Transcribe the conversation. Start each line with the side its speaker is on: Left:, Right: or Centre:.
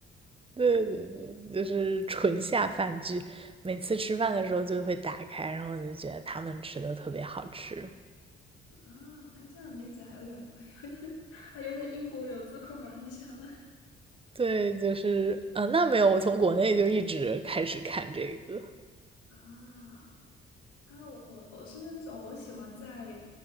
Right: 对对对，就是纯下饭剧。每次吃饭的时候就会打开，然后我就觉得他们吃的特别好吃。
Left: 啊，哎，这样理解还有点 <laughs> 有点还有点英国留子刻板印象了。
Right: 对，就是，啊，那没有，我从国内就一直开始看这个，
Left: 啊啊！我我我是那种我喜欢在